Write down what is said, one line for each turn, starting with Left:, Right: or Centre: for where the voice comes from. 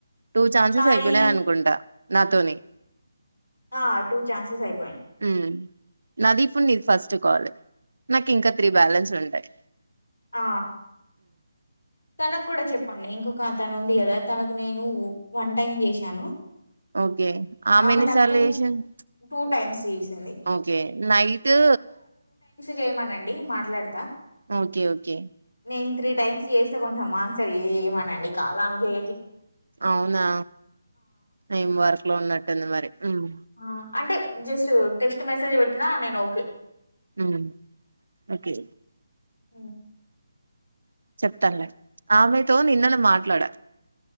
Right: టూ ఛాన్సెస్
Left: నాయి
Right: అయిపోయినయి అనుకుంట. నాతోని
Left: ఆ టూ ఛాన్సెస్ అయిపోయినయ్.
Right: ఉమ్ నాదిపుడు నీది ఫస్ట్ కాల్, నాకింక త్రీ బ్యాలెన్స్ ఉంటయ్.
Left: ఆ తనకు కూడ చెప్పండి, ఇంకొక తను ఉంది కదా, తనకు నేను వన్ టైమ్ చేశాను.
Right: ఓకే ఆమెన్ని
Left: ఆమె నాకు
Right: సార్లు
Left: టూ
Right: చేసింది,
Left: టూ టైమ్స్ చేసింది
Right: ఓకే నైటు
Left: జేయమనండి మాట్లాడతా.
Right: ఓకే ఓకే
Left: నేను త్రీ టైమ్స్ చేసి చం కొంచెం మాంగ్ సారు ఏయే మన మీ కాలంకే
Right: అవునా ఏం వర్ ట్లో ఉన్నట్టు ఉంది మరి. ఉమ్
Left: ఆ, అంటే జస్ట్ టెస్ట్ మెసేజ్ పెట్టినా నేను ఓకే.
Right: ఉమ్ ఓకే
Left: ఉమ్
Right: చెప్తాన్లే, ఆమెతో నిన్నలె మాట్లాడా.